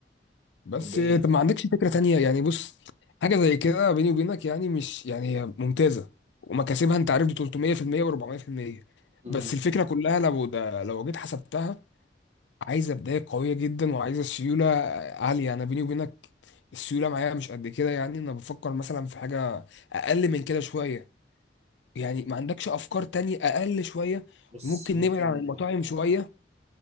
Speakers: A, on the left (about 75°); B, on the right (about 35°).
A: بس
B: طب إيه؟
A: طب ما عندكش فكرة تانية يعني بص حاجة زي كده بيني وبينك يعني مش يعني هي ممتازة ومكاسبها انت عارف دي 300% و400%
B: مم.
A: بس الفكرة كلها لو ده لو جيت حسبتها عايزة بداية قوية جدا وعايزة سيولة عالية انا بيني وبينك السيولة معايا مش قد كده يعني انا بفكر مثلا في حاجة اقل من كده شوية يعني ما عندكش افكار تانية اقل شوية
B: بص
A: وممكن
B: ممكن
A: نبعد عن المطاعم
B: آه،
A: شوية